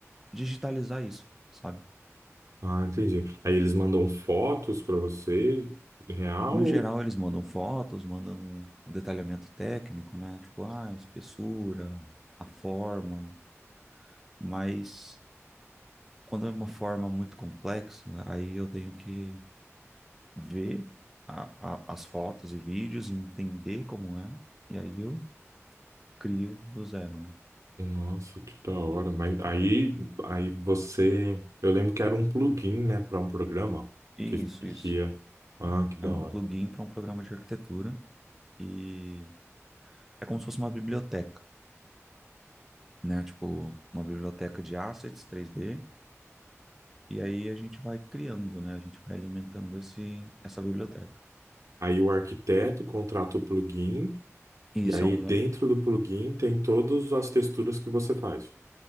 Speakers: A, in the centre; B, on the right.
A: digitalizar isso, sabe?
B: Ah, entendi. Aí eles mandam fotos para você, real?
A: No geral, eles mandam fotos, mandam o detalhamento técnico, né? Tipo, ah, espessura, a forma, mas quando é uma forma muito complexa, aí eu tenho que ver a- a- as fotos e vídeos e entender como é, e aí eu crio do zero, né?
B: Nossa, que da hora. Mas aí, aí você. Eu lembro que era um plugin, né, para um programa
A: Isso,
B: que, que
A: isso.
B: ia. Ah, que da
A: É um
B: hora.
A: plugin para um programa de arquitetura e é como se fosse uma biblioteca, né? Tipo, uma biblioteca de assets 3D E aí a gente vai criando, né? A gente vai alimentando esse, essa biblioteca.
B: Aí o arquiteto contrata o plugin,
A: E
B: e
A: são
B: aí dentro do plugin tem todas as texturas que você faz.